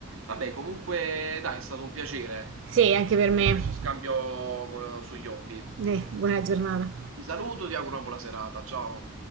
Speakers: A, on the right; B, on the right.
A: Vabbè, comunque, dai, è stato un piacere
B: sì, anche per me.
A: Cioè, questo scambio co- sugli hobby.
B: Eh, buona giornata.
A: Ti saluto, ti auguro una buona serata. Ciao.